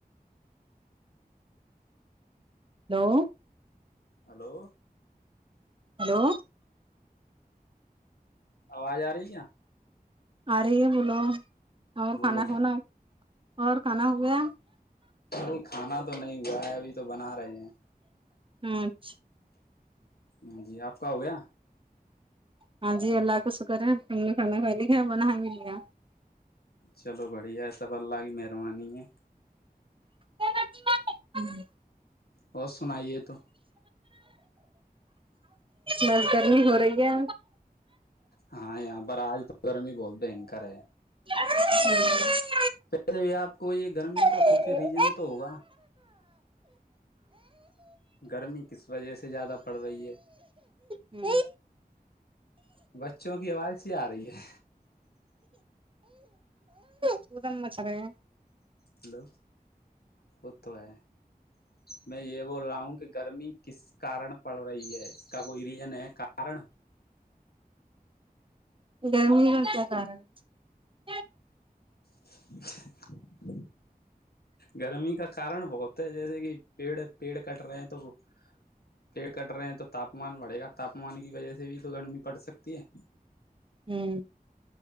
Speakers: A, on the right; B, on the left.
A: ہلو
B: ہلو
A: ہلو
B: آواز آ رہی کیا
A: آ رہے یہ بولو اور
B: بولو
A: کھانا کھانا اور کھانا ہو گیا
B: نہیں کھانا تو نہیں گائے ا بھی تو بنا رہے ہیں
A: اچھا
B: ہاں جی آپ کا ہو گیا
A: ہاں جی اللہ کا شکر ہے ہم نے کھانا کھا د بنا ملیا
B: چلو بڑھیا ای سب اللہ کی مہربانی ہے
A: <inaudible>
B: اورس سنائیے تو
A: نل گرمی ہو رہی ہے
B: ہاں یہاں پر آج تو گرمی بہت بنکر ہے
A: ہوں
B: پہلے بھی آپ کو یہ گرمی
A: ہاں
B: کا کچھ ریزن تو ہوگا گرمی کس وجہ سے زیادہ پڑ رہی ہے
A: ج
B: بچوں کی آواز یہ آ رہی ہے
A: سدم م س رہے ہیں
B: ہلو ہو تو ہے میں یہ بول رہا ہوں کہ گرمی کس کارن پڑ رہی ہے اس کا کوئی ریزن ہے کارن
A: گرمی کا کیا کارن ہے
B: ج <unintelligible> گرمی کا کارن بہت ہے جیسے کہ پیڑ پیڑ کٹ رہے ہیں تو وہ پیڑ کٹ رہے ہیں تو تاپمان بڑھے گا تاپمان کی وجہ سے بھی تو گرمی پڑ سکتی ہے
A: ہوں